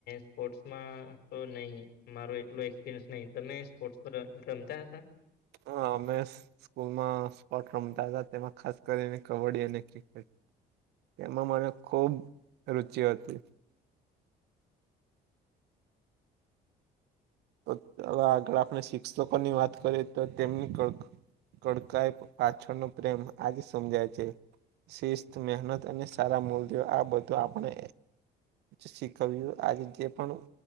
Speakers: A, on the left; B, on the right.
A: સ્પોર્ટ્સમાં તો નહી મારો એટલો એક્સપિરયન્સ નહી તમે સ્પોર્ટ્સ રમતા હતા.
B: હામેશ સ્કૂલમાં સ્પોર્ટ રમતા હતા તેમાં ખાસ કરીને કબડ્ડી અને ક્રિકેટ એમાં મને ખુબ રુચિ હતી. તો હવે આગળ આપણે શિક્ષકોની વાત કરીએ તો તેમની કડકાઈ પાછળનો પ્રેમ આજે સમજાય છે. શિસ્ત મહેનત અને સારા મૂલ્યો આ બધું આપણે શીખવ્યું આજે જે પણ